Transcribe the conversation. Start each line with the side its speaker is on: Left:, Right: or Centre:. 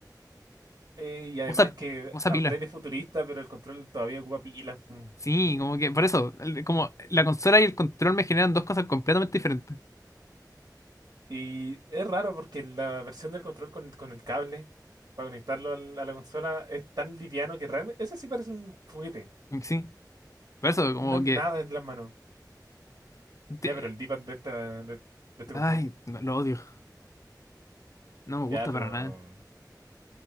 Right: Eh, y además
Left: Usa,
Right: que
Left: usa
Right: habláis
Left: pila.
Right: de futurista, pero el control todavía ocupa pilas. pu.
Left: Sí, como que por eso, el- como la consola y el control me generan dos cosas completamente diferentes.
Right: Y es raro porque la versión del control con, con el cable para conectarlo al- a la consola es tan liviano que realmente ese sí parece un juguete.
Left: Sí, por eso, como
Right: No es
Left: que.
Right: nada en las manos. Ya,
Left: te-
Right: pero el D-pad de, esta, de, de este control.
Left: ay, no- lo odio. No me gusta
Right: Ya, pero
Left: para nada.